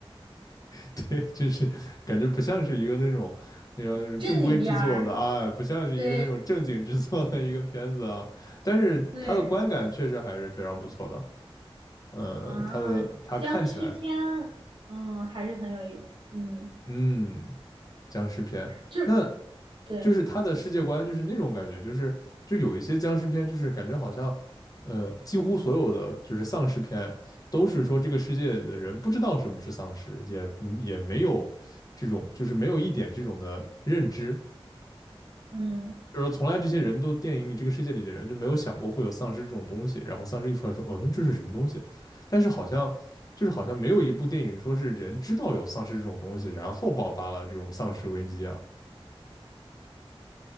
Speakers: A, on the left; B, on the right.
A: <laughs> 对，就是感觉不像是一个那种那种那种正规制作的啊，
B: 正经片儿。
A: 不像是一个那种正经制作的一个片子啊。
B: 对
A: 但是它的观感确实还是非常不错的。
B: 对
A: 嗯，
B: 啊，
A: 它的它看起来，
B: 僵尸片，嗯，还是很有意思，嗯，
A: 嗯，僵尸片，
B: 就是
A: 那
B: 对。
A: 就是它的世界观就是那种感觉，就是就有一些僵尸片，就是感觉好像，呃，几乎所有的就是丧尸片都是说这个世界的人不知道什么是丧尸，也嗯也没有这种就是没有一点这种的认知。
B: 嗯
A: 就是从来这些人都电影里这个世界里的人就没有想过会有丧尸这种东西，然后丧尸一出来说，嗯，这是什么东西？但是好像就是好像没有一部电影说是人知道有丧尸这种东西，然后爆发了这种丧尸危机啊，